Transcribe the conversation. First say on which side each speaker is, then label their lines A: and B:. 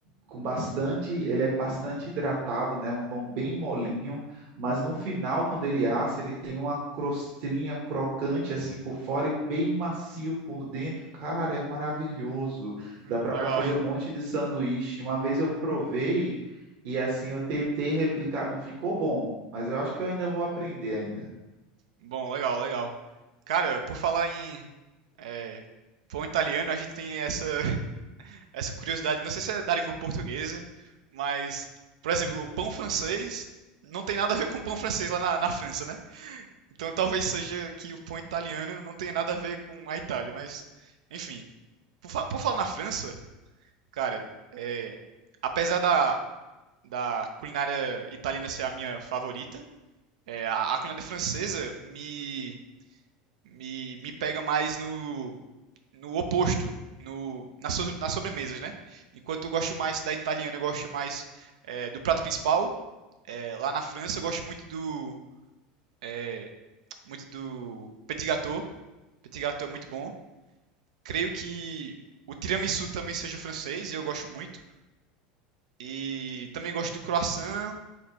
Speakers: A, on the right; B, on the right.
A: com bastante, ele é bastante hidratado, né? Um pão bem molinho, mas no final, quando ele assa, ele tem uma crostinha crocante assim por fora e bem macio por dentro. Cara, é maravilhoso.
B: Hum,
A: Dá para
B: legal,
A: fazer
B: hein?
A: um monte de sanduíche. Uma vez eu provei e assim eu tentei replicar, não ficou bom, mas eu acho que eu ainda vou aprender ainda.
B: Bom, legal, legal. Cara, por falar em é, pão italiano, a gente tem essa essa curiosidade, não sei se é da língua portuguesa, mas, por exemplo, o pão francês não tem nada a ver com o pão francês lá na, na França, né? Então talvez seja que o pão italiano não tenha nada a ver com a Itália, mas, enfim. Por, fa- por falar na França, cara, é, apesar da, da culinária italiana ser a minha favorita, é, a, a culinária francesa me me, me pega mais no, no oposto, no, na so, nas sobremesas, né? Enquanto eu gosto mais da italiana, eu gosto mais é, do prato principal. É, lá na França, eu gosto muito do, é, muito do petit gâteau. Petit gâteau é muito bom. Creio que o tiramisu também seja francês, eu gosto muito. E também gosto do croissant,